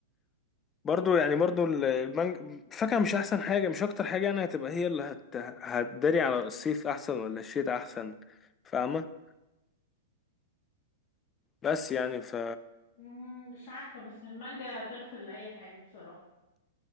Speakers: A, on the left (about 20°); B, on the left (about 55°).
A: برضو يعني برضو ال- المانج الفاكهه مش احسن حاجه مش اكتر حاجه يعني هتبقى هي اللي هت... هتداري على الصيف احسن ولا الشتاء احسن فاهمه بس يعني ف
B: مم، مش عارفة بس المانجا تغفر لأي حاجة بصراحة